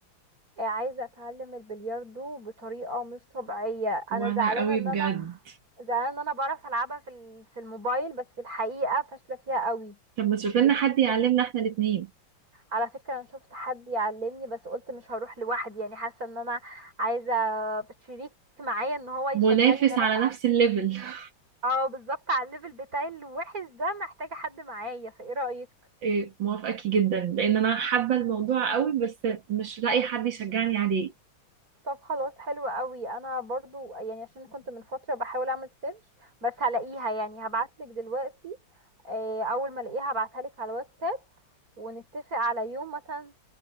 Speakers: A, on the right (about 40°); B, on the right (about 65°).
A: آه، عايزة أتعلم البلياردو بطريقة مش طبيعية
B: وانا
A: أنا زعلانة
B: قوي
A: إن
B: بجد
A: أنا زعلانة ان انا بعرف العبها في ال- في الموبايل بس في الحقيقة فاشلة فيها قوي
B: طب ما تشوف
A: بجد
B: لنا حد يعلمنا احنا الاثنين
A: على فكرة انا شفت حد يعلمني بس قلت مش هروح لوحدي يعني حاسة ان انا عايزة شريك معايا ان هو يشجعني
B: منافس
A: ان انا
B: على
A: أتع-
B: نفس الليفل <laughs>
A: اه بالظبط على الليفل بتاعي الوحش ده محتاجة حد معايا فايه رأيك
B: إيه موافقاكي جدا لأن أنا حابة الموضوع قوي بس مش لاقي حد يشجعني عليه
A: طب خلاص حلو قوي انا برضو يعني عشان كنت من فترة بحاول اعمل سيرش بس هلاقيها يعني هبعتلك دلوقتي آه، اول ما الاقيها هبعتها لك على الواتساب ونتفق على يوم مثلا